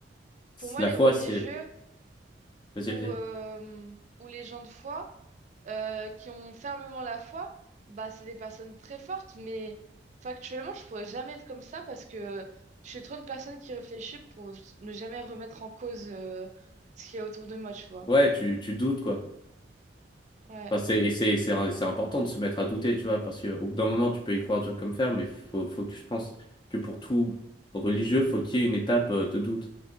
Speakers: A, on the left (about 25°); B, on the right (about 40°).
A: C'est-
B: pour moi,
A: La
B: les
A: foi,
B: religieux
A: c'est, vas-y,
B: ou,
A: vas-y.
B: euh, ou les gens de foi euh, qui ont fermement la foi, bah, c'est des personnes très fortes, mais factuellement, je pourrais jamais être comme ça parce que je suis trop une personne qui réfléchit pour ne jamais remettre en cause euh, ce qu'il y a autour de moi, tu vois.
A: Ouais, tu, tu doutes, quoi.
B: Ouais.
A: Enfin, c'est, et c'est, c'est, c'est important de se mettre à douter, tu vois, parce qu'au bout d'un moment, tu peux y croire dur comme fer, mais faut, faut que je pense que pour tout religieux, faut qu'il y ait une étape euh, de doute.